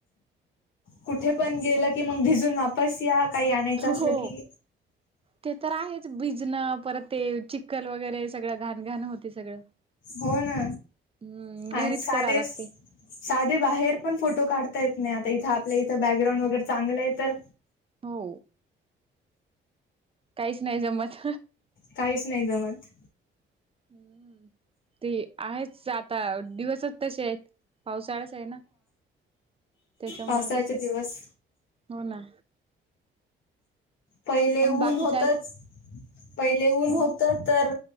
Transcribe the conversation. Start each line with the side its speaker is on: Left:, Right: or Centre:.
Left: कुठे पण गेलं की मग भिजून वापस या. काही आणायचं असलं
Right: हो
Left: की
Right: ते तर आहेच भिजणं परत ते चिक्कल वगैरे सगळं घाणघाण होते सगळं.
Left: हो ना
Right: हम्म
Left: आणि
Right: घरीच
Left: साधे,
Right: करा लागते
Left: साधे बाहेर पण फोटो काढ ता येत नाही आता इथं आपल्या इथे बॅकग्राऊंड वगैरे चांगलं आहे तर
Right: हो. काहीच नाही जमत.
Left: काहीच नाही जमत
Right: हम्म ते आहेच आता दिवसच तसे आहेत. पावसाळाच आहे ना त्याच्यामुळे.
Left: पावसाळ्याचे दिवस
Right: हो ना.
Left: पहिले
Right: मग
Left: ऊन
Right: बाकीच
Left: होतच
Right: आहे
Left: पहिले ऊन
Right: हो
Left: होत तर तर